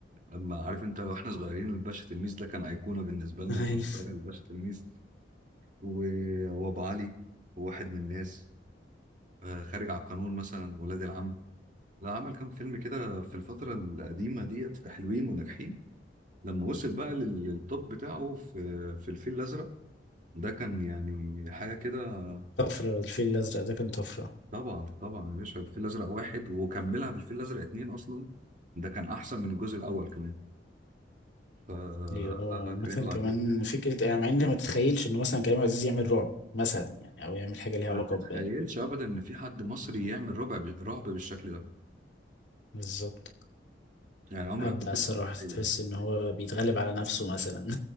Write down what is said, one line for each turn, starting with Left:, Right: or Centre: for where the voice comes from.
Right: لما عارف انت واحنا صغيرين الباشا تلميذ ده كان ايقونه بالنسبه لنا
Left: <laughs>
Right: تقعد تتفرج على الباشا تلميذ و- وابو علي وواحد من الناس آه، خارج على القانون مثلا ولاد العم لا عمل كام فيلم كده في الفتره القديمه ديت حلوين وناجحين لما وصل بقى لل- للتوب بتاعه في في الفيل الازرق ده كان يعني حاجه كده
Left: طفره الفيل الازرق ده كان طفره
Right: طبعا طبعا يا باشا الفيل الازرق واحد وكملها بالفيل الازرق اتنين اصلا ده كان احسن من الجزء الاول كمان ف آه،
Left: ليه هو عامه
Right: كريم عبد
Left: كمان
Right: العزيز
Left: فكره يعني مع ان ما تتخيلش انه مثلا كريم عبد العزيز يعمل رعب مثلا يعني او يعمل حاجه ليها
Right: ما
Left: علاقه
Right: تتخيلش
Left: ب
Right: ابدا ان في حد مصري يعمل ربع رعب بالشكل ده
Left: بالظبط
Right: يعني عمرك
Left: ابدع
Right: ما كنت
Left: الصراحه
Right: تتخيل
Left: تحس ان هو بيتغلب على نفسه مثلا